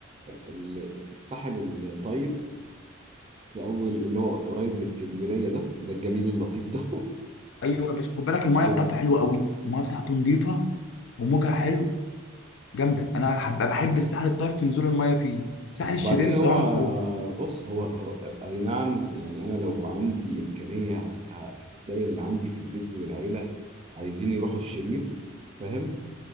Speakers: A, on the right; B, on the left.
A: ال- الساحل الطيب اول اللي هو قريب من اسكندريه ده ده الجميل اللطيف ده
B: ايوه بس خد بالك المايه
A: <laughs>
B: بتاعته حلوه قوي المايه بتاعته نظيفه وموجها حلو جامده انا حب- بحب الساحل الطيب في نزول المايه فيه الساحل الشرير
A: وبعدين
B: الصراحه
A: هو
B: خروج
A: بص هو هو- اي نعم يعني انا لو عندي امكانيه ه- هتلاقي اللي عندي في البيت والعيله عايزين يروحوا الشرير فاهم